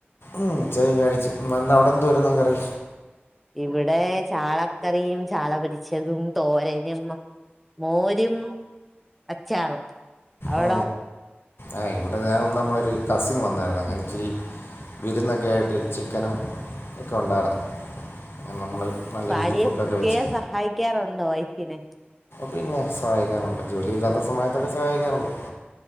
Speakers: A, on the left (about 70°); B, in the centre.
A: ഉം ഉച്ചക്ക് കഴിച്ചു അവിടെ എന്തുവായിരുന്നു കറി
B: ഇവിടെ ചാളക്കറിയും ചാള പൊരി ച്ചതും തോരനും മോരും അച്ചാറും അവിടോ
A: ആ ആ ഇവിടെ ഞാൻ നമ്മളൊരു കസിന് വന്നായിരുന്നു അങ്ങനെ ഇച്ചിരി വിരുന്നൊക്കെ ആയിട്ട് ചിക്കനും ഒക്കെ ഉണ്ടായിരുന്നു നമ്മൾ നല്ല
B: ഭാര്യയെ
A: രീതിയിൽ ഫുഡൊക്കെ
B: കുക്ക്
A: വെച്ച്
B: ചെയ്യാൻ സഹായിക്കാറുണ്ടോ വൈഫിനെ
A: പിന്നെ സഹായിക്കാറുണ്ട് ജോലി ഇല്ലാത്ത സമയതൊക്കെ സഹായിക്കാറുണ്ട്